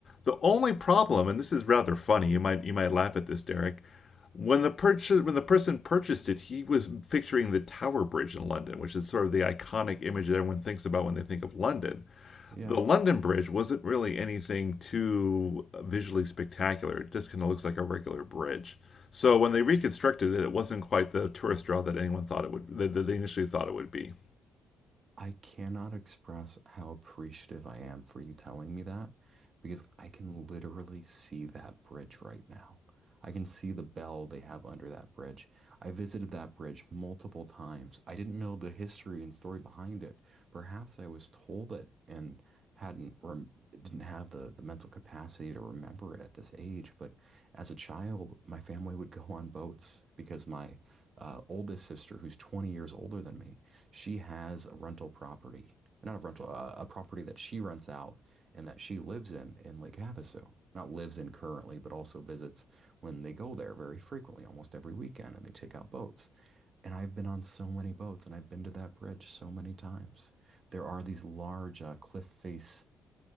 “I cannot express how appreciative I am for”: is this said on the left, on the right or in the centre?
Right